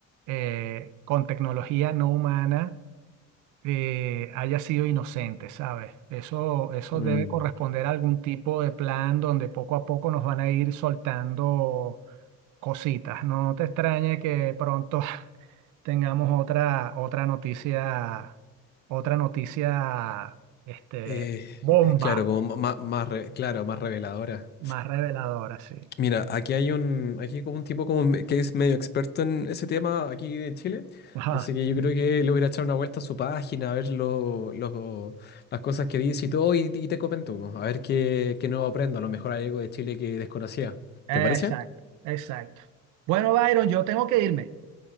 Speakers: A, on the right; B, on the left.
A: eh, con tecnología no humana. eh, haya sido inocente, ¿sabes? Eso, eso
B: Mm,
A: debe corresponder a algún tipo de plan donde poco a poco nos van a ir soltando cositas. No te extrañe que pronto <laughs> tengamos otra, otra noticia, otra noticia, este,
B: Eh,
A: bomba,
B: eh, claro, como más, más, re- claro, más reveladora.
A: más reveladora, sí.
B: Mira, aquí hay un, aquí como un tipo como me- que es medio experto en ese tema aquí en Chile.
A: Ajá.
B: Así que yo creo que le voy a echar una vuelta a su página, a ver lo, lo- las cosas que dice y todo, y, y te comento, po, a ver qué, qué nuevo aprendo. A lo mejor hay algo de Chile que desconocía.
A: Exacto,
B: ¿Te parece?
A: exacto. Bueno, Byron, yo tengo que irme.